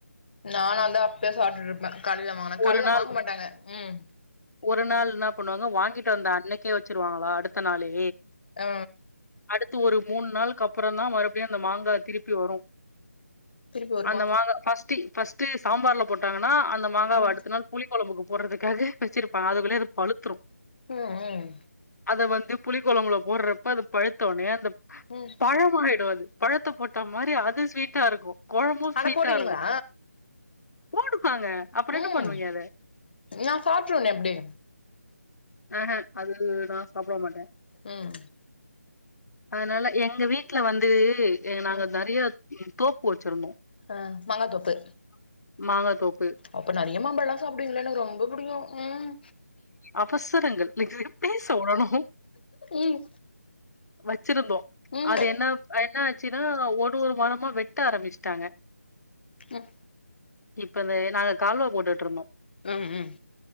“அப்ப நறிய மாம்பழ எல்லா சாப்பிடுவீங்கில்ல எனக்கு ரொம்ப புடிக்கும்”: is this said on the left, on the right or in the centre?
Left